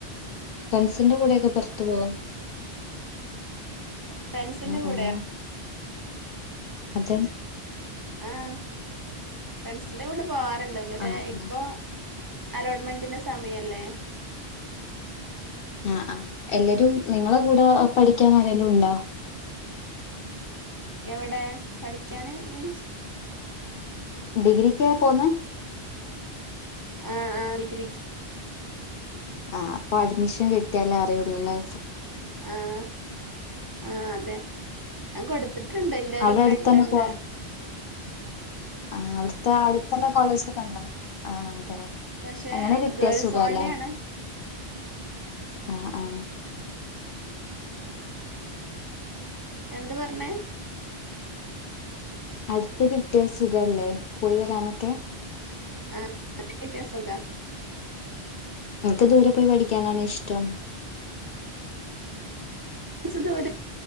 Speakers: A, on the left; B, on the right.
A: ഫ്രണ്ട്സിന്റെ കൂടെക്കെ പുറത്തു പോവാ
B: ഫ്രണ്ട്സ്ന്റെ
A: ആഹ്
B: കൂടെയോ
A: ആഹ് അതെ
B: ആഹ് ഫ്രൻസിന്റെ കൂടെ പോവാർ ഉണ്ട് പക്ഷേ
A: ആഹ്
B: ഇപ്പൊ
A: ആഹ്
B: അലോട്ട്മെന്റിന്റെ സമയല്ലേ
A: അഹ് ആഹ് എല്ലരും നിങ്ങള കൂടെ പഠിക്കാൻ ആരെലുണ്ടോ
B: എവടെ പഠിക്കാന് മീൻസ്
A: ഡിഗ്രിക്കാ പോന്നെ
B: ആഹ് ആഹ് ഡിഗ്രിക്കു
A: ആഹ് അപ്പൊ അഡ്മിഷൻ കിട്ട്യാലെ അറിയൊള്ളുലെ
B: ആഹ് ആഹ് അതെ ഞാൻ കൊട്ത്ത്ട്ട്ണ്ട് ഇന്റെ ഒരു
A: അവിടെ
B: ഫ്രണ്ട്ണ്ട്
A: അടുത്തന്നെ പോ ആഹ് അവിടുത്തെ ആദ്യത്തന്നെ കോളേജ് കണ്ടോ ആഹ് അതെ
B: പക്ഷെ
A: അങ്ങനെ കിട്ടിയ
B: ഗേൾസ്
A: സുഗാലെ
B: ഓൺലി ആണ്
A: ആഹ് ആഹ
B: എന്ത് പറഞ്ഞെ
A: അട്ത്ത് കിട്ടിയ സുഖല്ലേ പോയി വരാനൊക്കെ
B: അടുത്തു കിട്ടിയ സുഖ
A: ങ്ങക്ക് ദൂരെപോയ് പഠിക്കാനാണോ ഇഷ്ടം
B: കുറച്ച്ദൂരം